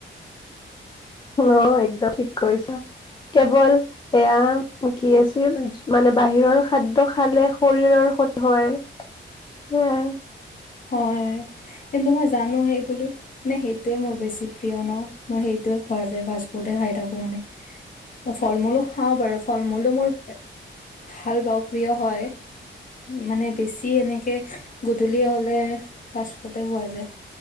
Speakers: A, on the left (about 25°); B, on the left (about 40°).
A: অ একদম ঠিক কৈছ কেৱল এয়া কি আছিল মানে বাহিৰৰ খাদ্য খালে শৰীৰৰ। <unintelligible> সেয়াই
B: হয় কিন্তু মই জানো সেই বোলো নে সেইটোয়ে মোৰ বেছি প্ৰিয় ন মই সেই সেইটোৱে খোৱা যায় ফাষ্ট ফুডে খাই থাকো মানে, ফল মূলো খাওঁ বাৰু ফল মূলো মোৰ ভাল পাওঁ প্ৰিয় হয় মানে বেছি এনেকে গধুলী হ'লে ফাষ্ট ফুডেই হোৱা যায়